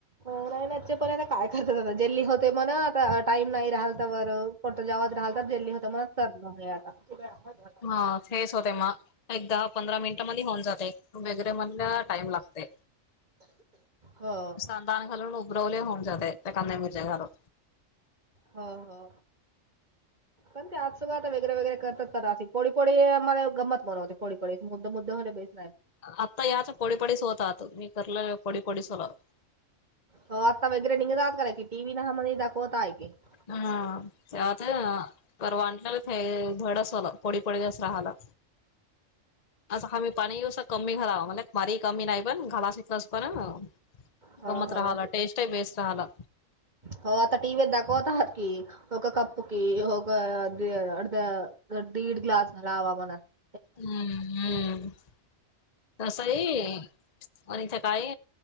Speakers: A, on the right; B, on the left.
A: अ रायलाच्य पर आता काय करतात आता जेल्ली होते म्हणा टाईम नाही राहल तर व कोत जेवात राहाल तर जेल्ली होत मण करलं आता. <unintelligible>
B: हा थेस होते म. एक दहा पंधरा मिनिटामध्ये होऊन जाते वगैरे म्हणल्या टाईम लागते.
A: हा.
B: <unintelligible> सतान घरून उबरवले होऊन जाते ते काळ्या मिरच्या घालून
A: हो हो. ण ते आज सु वाात वगरे वगैर कर तर पोळी पोळीम गमत बनवतेोळीडी पळीडी मुद्ददा मुद्दोे. <unintelligible>
B: आता याचा पळी पडीस होतात मी करले कोडी पोळीसोला. <unintelligible>
A: हो आता वगरे निघात कय की टी व्ही ना म्हणे दाखवता आहेय. <unintelligible>
B: हा त्यात परवांटले ते धड असला पडी पळीस राहाला असं हा मी पाणीसं कमी घालाव म्हण मारी कमी नाही पण घाला शिकलास पण. <unintelligible>
A: हो
B: गमत
A: हो
B: राहाला टेस्ट बेस्ट राहाला.
A: हो आता टीव्हीत दाखवतहात की. कप की अता दीड ग्लास लावा मला. <unintelligible>
B: हम्म हम् तस आहे आणि सकाळी